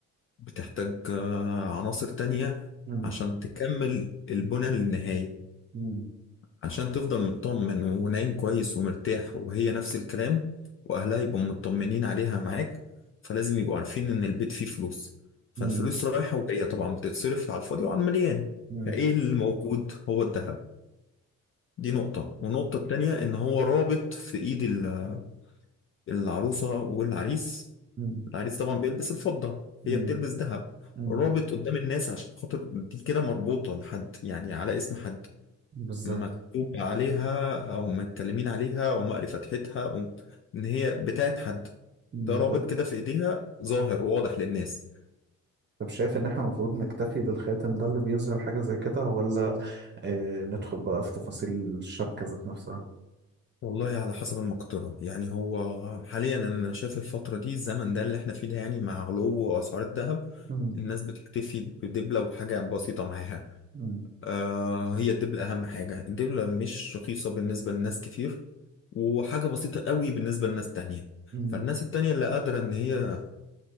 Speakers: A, on the left; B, on the right.
A: بتحتاج آه، عناصر تانية
B: مم،
A: عشان تكمل البنى للنهاية
B: مم،
A: عشان تفضل مطمن ونايم كويس ومرتاح وهي نفس الكلام وأهلها يبقوا مطمنين عليها معاك فلازم يبقوا عارفين إن البيت فيه فلوس فالفلوس
B: مم،
A: رايحة وجاية طبعا بتتصرف على الفاضي وعلى المليان
B: مم،
A: فإيه اللي موجود هو الذهب دي نقطة والنقطة التانية إن هو رابط في إيد ال- العروسة والعريس
B: مم،
A: العريس طبعا بيلبس الفضة هي
B: مم،
A: بتلبس ذهب
B: مم،
A: رابط قدام الناس عشان خاطر دي كده مربوطة لحد يعني على اسم حد
B: بالظبط
A: مكتوب عليها أو متكلمين عليها أو مقري فتحتها أو إن هي بتاعت حد
B: مم.
A: ده رابط
B: طب
A: كده في إيديها ظاهر واضح للناس
B: طب شايف ان احنا المفروض نكتفي بالخاتم ده اللي بيظهر حاجة زي كده ولا اه ندخل بقى في تفاصيل الشبكة ذات نفسها
A: والله على حسب المقدرة يعني هو حاليا أنا شايف الفترة دي الزمن ده اللي إحنا فيه ده يعني مع غلو أسعار الذهب
B: امم
A: الناس بتكتفي بدبلة وحاجة بسيطة معاها
B: امم
A: آه هي الدبلة أهم حاجة الدبلة مش رخيصة بالنسبة لناس كتير وحاجة بسيطة قوي بالنسبة لناس تانية
B: امم
A: فالناس التانية اللي قادرة إن هي